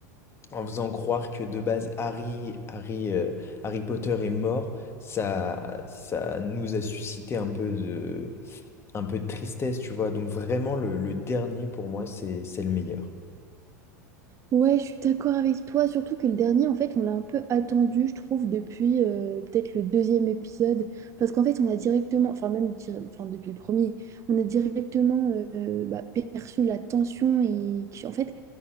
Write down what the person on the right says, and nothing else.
Ouais, je suis d'accord avec toi, surtout que le dernier, en fait, on l'a un peu attendu, je trouve, depuis euh, peut-être le deuxième épisode, parce qu'en fait, on a directement, enfin même di- enfin, depuis le premier, on a directement euh, bah, perçu la tension et qui, en fait,